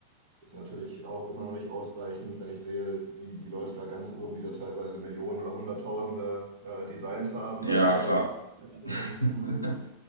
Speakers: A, on the right; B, on the right.
A: ist natürlich auch immer noch nicht ausreichend, wenn ich sehe, die, die Leute da ganz oben, die da teilweise Millionen oder Hunderttausende äh, Designs haben,
B: Ja,
A: dann kannst
B: klar.
A: du auch irgendwie davon
B: <laughs>
A: gut leben.